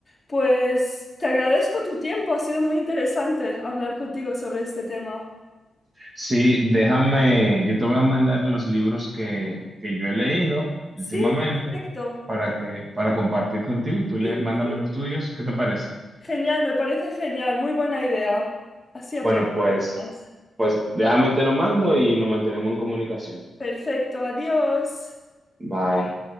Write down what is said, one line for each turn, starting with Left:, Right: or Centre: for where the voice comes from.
Left: pues te agradezco tu tiempo, ha sido muy interesante hablar contigo sobre este tema.
Right: Sí, déjame, yo te voy a mandar los libros que, que yo he leído
Left: Sí,
Right: últimamente
Left: perfecto.
Right: para que, para compartir contigo y tú le,
Left: Sí,
Right: mándame
Left: sí.
Right: los tuyos. ¿Qué te parece?
Left: Genial, me parece genial, muy buena idea. Así aprendemos
Right: Bueno, pues,
Left: más.
Right: pues déjame y te lo mando y nos mantenemos en comunicación.
Left: Perfecto, adiós.
Right: Bye.